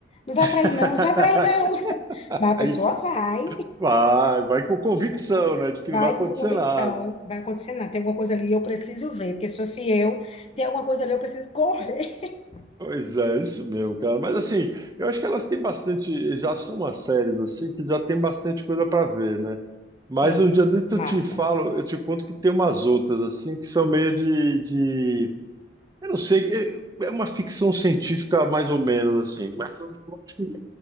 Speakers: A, on the left; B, on the right.
A: Não vai
B: <laughs>
A: pra aí não, não vai pra aí não. <laughs> Mas a
B: Aí
A: pessoa vai,
B: vai, vai com convicção, né, de que
A: vai
B: não vai acontecer
A: com convicção.
B: nada.
A: Vai acontecer nada. Tem alguma coisa ali, eu preciso ver. Porque se fosse eu, tem alguma coisa ali, eu preciso correr. <laughs>
B: Pois é, isso mesmo, cara. Mas assim, eu acho que elas têm bastante, já são umas séries assim que já tem bastante coisa pra ver, né? Mas
A: É,
B: um dia desse eu
A: massa.
B: te falo, eu te conto que tem umas outras assim que são meio de, de... eu não sei, é é uma ficção científica mais ou menos assim. Mas eu acho que